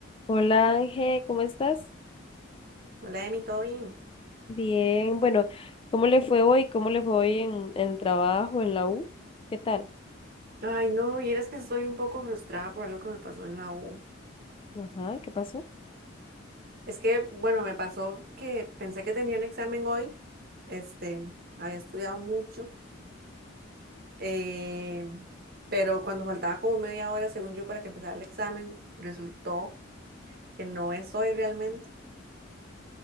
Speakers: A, on the left (about 25°); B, on the right (about 50°).
A: Hola Ángel, ¿cómo estás?
B: Hola, Emi, ¿todo bien?
A: Bien, bueno, ¿cómo le fue hoy? ¿Cómo le fue hoy en, en el trabajo, en la U? ¿Qué tal?
B: Ay, no, y eres que estoy un poco frustrada por algo que me pasó en la U.
A: Ajá, ¿qué pasó?
B: Es que, bueno, me pasó que pensé que tenía un examen hoy, este, había estudiado mucho, eh, pero cuando faltaba como media hora, según yo, para que empezara el examen, resultó que no es hoy realmente.